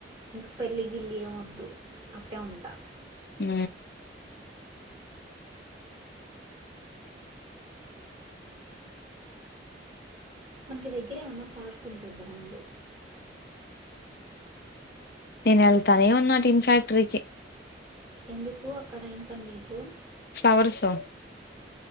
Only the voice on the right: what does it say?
ఇంకా పెళ్ళి గిల్లి అే వద్దు అట్టే ఉంటా
మనకి దగ్గర ఏమన్నా పార్క్ ఉంటే బాగుండు
ఎందుకు అక్కడ ఏం పని నీకు